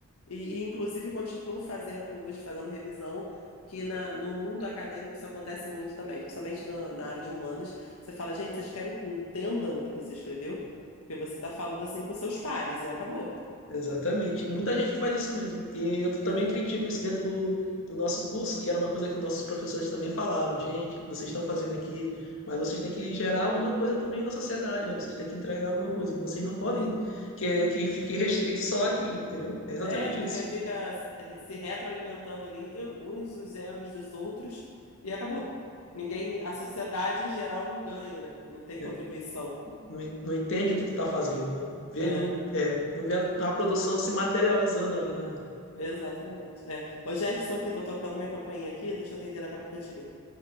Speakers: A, on the left; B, on the left.
A: e, e, inclusive continuo fazendo hoje, fazendo revisão, que na, no mundo acadêmico isso acontece muito também, principalmente na, na área de humanas. Você fala, gente, vocês querem que entendam o que você escreveu? Porque você está falando assim com seus pares e acabou.
B: Exatamente. E muita gente faz isso mesmo. E eu também
A: É,
B: critico isso dentro do, do nosso curso, e era uma coisa que nossos professores também falavam, gente, vocês estão fazendo aqui, mas vocês têm que gerar alguma coisa também na sociedade, né? Vocês têm que entregar alguma coisa. E vocês não podem
A: mas é
B: querer que fique restrito só aqui, entendeu? É exatamente
A: é, porque
B: isso.
A: fica se retroalimentando ali uns os egos dos outros e acabou. Ninguém, a sociedade em geral não ganha, né? Não tem
B: né?
A: contribuição.
B: Não, en- não entende o que tu tá fazendo, não vê,
A: É.
B: não, é, não vê a, a produção se materializando ali na.
A: Exatamente. É. Ô, Jefferson, aqui, tô tocando minha campainha aqui, deixa eu atender, daqui a pouco eu te ligo.